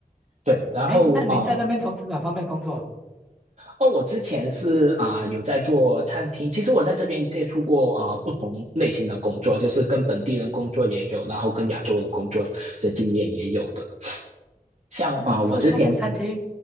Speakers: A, on the right (about 50°); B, in the centre.
A: 对，然后啊、
B: 哎，那您在那边从事哪方面工作？
A: 哦，我之前是啊、有在做餐厅，其实我在这边接触过啊、不同类型的工作，就是跟本地人工作也有，然后跟亚洲人工作的经验也有的。像啊、
B: 嗯，所以做过餐厅，
A: 我之前